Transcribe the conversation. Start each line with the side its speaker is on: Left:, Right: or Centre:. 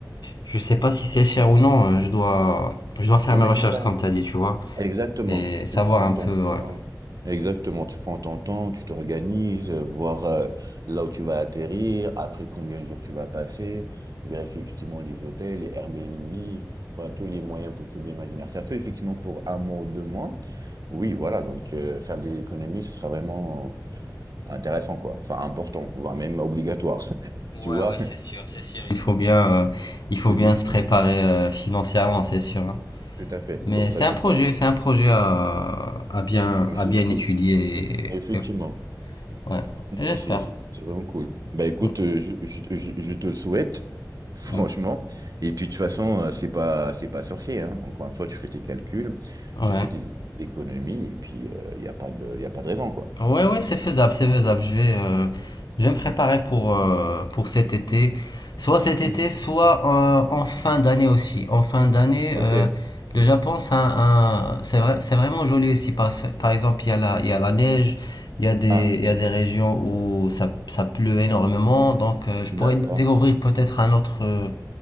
Left: je sais pas si c'est cher ou non. euh, Je dois, je dois faire
Right: Non,
Left: mes
Right: mais
Left: recherches
Right: c'est ça.
Left: comme tu as dit, tu vois,
Right: Exactement.
Left: et savoir
Right: Tu prends
Left: un
Right: ton
Left: peu.
Right: temps.
Left: ouais.
Right: Exactement. Tu prends ton temps, tu t'organises, euh, voir euh, là où tu vas atterrir, après combien de jours tu vas passer, vérifier effectivement les hôtels, les Airbnb, enfin, tous les moyens possibles et imaginaires. Surtout effectivement pour un mois ou deux mois. Oui, voilà. Donc euh, faire des économies, ce sera vraiment intéressant, quoi. Enfin, important, voire même obligatoire. <laughs>
Left: Ouais,
Right: Tu
Left: ouais,
Right: vois?
Left: ouais, c'est sûr, c'est sûr. Il faut bien, euh, il faut
Right: <laughs> Effectivement.
Left: bien se préparer euh, financièrement, c'est sûr. hein.
Right: Tout à fait.
Left: Mais
Right: Comme ça,
Left: c'est
Right: tu
Left: un projet,
Right: passes.
Left: c'est un projet à, à bien,
Right: euh, mais
Left: à
Right: C'est
Left: bien
Right: cool.
Left: étudier.
Right: Effectivement.
Left: et- et- ouais, j'espère.
Right: Mais C'est c'est- c'est vraiment cool. Bah écoute,
Left: Mm,
Right: euh, je, je, je, je te le souhaite, <laughs> franchement.
Left: mm,
Right: Et puis de toute façon, euh, c'est pas, c'est pas sorcier, hein. Encore une fois, tu fais tes calculs,
Left: Ouais.
Right: tu fais des économies, et puis il n'y a pas de, y a pas de raison, quoi.
Left: Ouais, ouais, c'est faisable, c'est faisable. Je vais, euh, je vais me préparer pour, euh, pour cet été. Soit cet été,
Right: Mhm.
Left: soit euh, en fin d'année aussi. En fin d'année,
Right: Ok.
Left: euh, le Japon, c'est un, un- c'est vrai, c'est vraiment joli aussi. Par, par exemple, il y a la, il y a la neige, il y a des,
Right: Ah,
Left: il y a des régions où ça, ça pleut énormément. Donc, euh, je
Right: d'accord.
Left: pourrais découvrir peut-être un autre, euh,